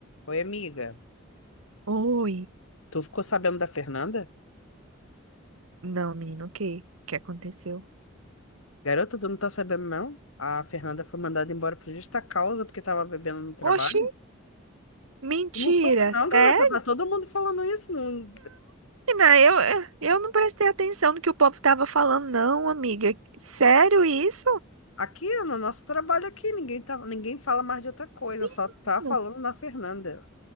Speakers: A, on the left; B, on the right.
A: Oi, amiga.
B: Oi.
A: Tu ficou sabendo da Fernanda?
B: Não, menino, o que? O que aconteceu?
A: Garota, tu não tá sabendo, não? A Fernanda foi mandada embora por justa causa porque tava bebendo no trabalho.
B: Oxi, mentira.
A: Tu Não soube, não, garota.
B: Sério,
A: Tá todo mundo falando isso. não-
B: menina? Eu, eu eu não prestei atenção no que o povo tava falando, não, amiga. Sério isso?
A: Aqui, no nosso trabalho aqui, ninguém tá... ninguém fala mais de outra coisa.
B: Menina.
A: Só tá falando na Fernanda.